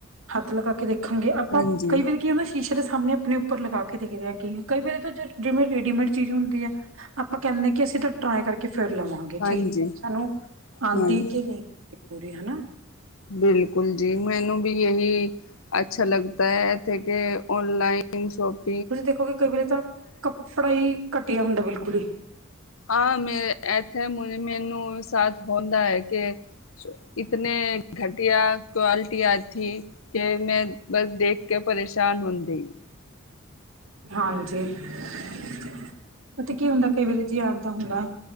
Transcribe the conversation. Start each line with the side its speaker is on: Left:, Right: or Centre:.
Right: ਹੱਥ ਲਗਾ ਕੇ ਦੇਖ ਰੱਖਾਂਗੇ ਆਪਾਂ
Left: ਹਾਂਜੀ
Right: ਕਈ ਵਾਰੀ ਕੀ ਹੁੰਦਾ ਸ਼ੀਸ਼ੇ ਦੇ ਸਾਹਮਣੇ ਆਪਣੇ ਉੱਪਰ ਲਗਾ ਕੇ ਦੇਖਦੇ ਆਾਂ ਕਿ ਕਈ ਵਾਰੀ ਜਿਵੇਂ ਰੇਡੀਮੇਡ ਚੀਜ਼ ਹੁੰਦੀ ਹੈ ਆਪਾਂ ਕਹਿੰਦੇ ਕਿ ਅਸੀਂ ਤਾਂ ਟਰਾਈ ਕਰਕੇ ਫੇਰ ਲਵਾਂਗੇ
Left: ਹਾਂਜੀ
Right: ਚੀਜ਼ ਸਾਨੂੰ ਆਉਂਦੀ
Left: ਹਾਂਜੀ
Right: ਕਿ ਨਹੀਂ ਆਉਂਦੀ ਪੂਰੀ ਹਨਾ
Left: ਬਿਲਕੁਲ ਜੀ ਮੈਨੂੰ ਵੀ ਇਹੀ ਅੱਛਾ ਲੱਗਦਾ ਹੈਥੇਕ ਔਨਲਾਈਨ ਸ਼ੋਪ
Right: ਤੁਸੀਂ ਦੇਖੋ ਕਿ ਕਈ ਵਾਰੀ ਤਾਂ ਕੱਪੜਾ ਹੀ ਘਟੀਆ ਹੁੰਦਾ ਬਿਲਕੁਲ ਹੀ
Left: ਹਾਂ ਮੇ ਇੱਥੇ ਮੈਨੂੰ ਸਾਥ ਹੁੰਦਾ ਹੈ ਕਿ ਇਤਨੀ ਘਟੀਆ ਕੁਆਲਟੀ ਆਈ ਥੀ ਕਿ ਮੈਂ ਬਸ ਦੇਖ ਕੇ ਪਰੇਸ਼ਾਨ ਹੁੰਦੀ
Right: ਹਾਂਜੀ <unintelligible> ਪਤਾ ਕੀ ਹੁੰਦਾ ਕਈ ਵੇਲੇ ਜੀ ਆਣ ਦਾ ਹੁੰਦਾ